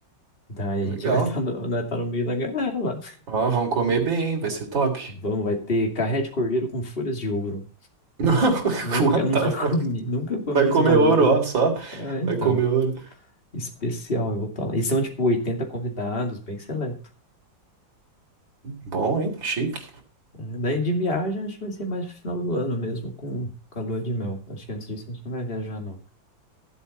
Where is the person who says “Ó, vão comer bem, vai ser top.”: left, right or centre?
Right